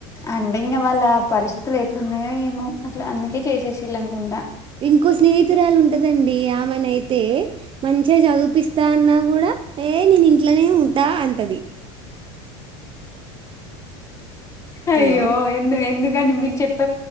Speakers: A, on the left; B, on the right.
A: అంటే ఇంకా వాళ్ళ ఆ పరిస్థితులు ఎట్లున్నాయో ఏమో అట్లా అందుకే చేసేసిళ్ళు అనుకుంటా
B: ఇంకో స్నేహితురాలు ఉంటదండి. ఆమే నా అయితే మంచిగా చదివిపిస్తా అన్నా కూడా ఏ నేను ఇంట్లనే ఉం అంటది.
A: అయ్యో
B: హలో
A: ఎందు ఎందుక్ కానీ మీరు చెప్